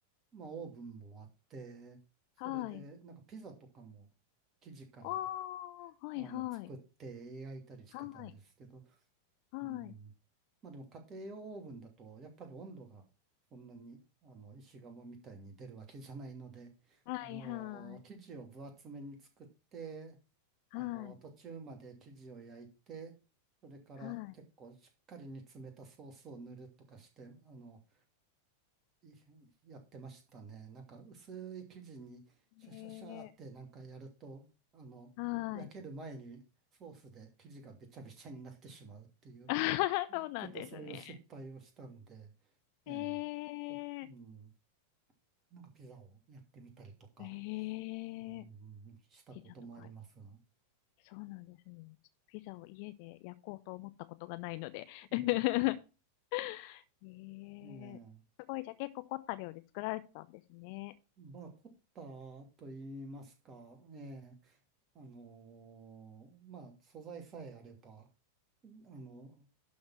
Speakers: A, on the right; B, on the left.
A: まあ、オーブンもあって、それで、
B: はい。
A: なんかピザとかも生地から、
B: ああ、はいはい。
A: あの、作って焼いたりしてたんですけど、
B: はい。はい。
A: うん。まあでも家庭用オーブンだと、やっぱり温度がそんなに、あの、石窯みたいに出るわけじゃないので、
B: はいはい。
A: あの、生地を分厚めに作って、あの、
B: はい。
A: 途中まで生地を焼いて、それから結構しっかり煮詰めたソースを塗るとかして、
B: はい。
A: あの、いやってましたね。なんか薄い生地にシャシャシャーってなんかやると、
B: え
A: あの、
B: ー、はい。
A: 焼ける前にソースで生地がべちゃべちゃになってしまうっていう
B: <laughs> あははそうなんですね。
A: ちょっとそういう失敗をしたんで、ええちょっと、
B: え
A: うん、なんかピザをやってみたりとか、
B: ー、えー、
A: うん、うんしたこともありますが。
B: ピザとか、そうなんですね。ピザを家で焼こうと思ったことがないので。
A: うん、
B: <laughs> <laughs> え
A: ええ
B: えすごい、じゃあ結構凝った料理作られてたんですね。
A: まあ、凝ったと言いますか、ええあのーまあ、素材さえあれば、あの、